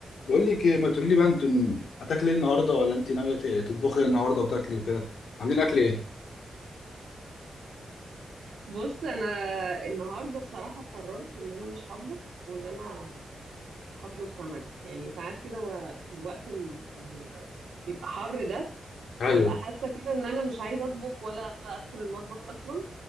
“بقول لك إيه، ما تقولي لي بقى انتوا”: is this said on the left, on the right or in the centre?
Left